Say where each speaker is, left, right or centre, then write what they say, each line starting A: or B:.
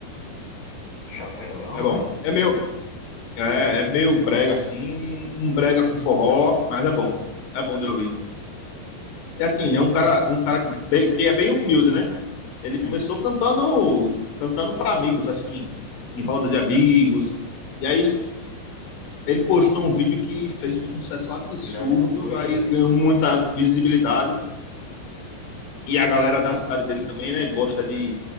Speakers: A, on the left; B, on the left.
A: Chapelão,
B: É
A: né?
B: bom. É meio, é, é meio brega assim, um brega com forró, mas é bom. É bom de ouvir.
A: E
B: E assim,
A: é.
B: é um cara, um cara bem- que é bem humilde, né? Ele
A: Sim.
B: começou cantando, cantando para amigos, assim, em roda de amigos. E aí ele postou um vídeo que fez um sucesso absurdo,
A: Viralizou e
B: aí
A: ele.
B: ganhou muita visibilidade. E a galera da cidade dele também, né? Gosta de,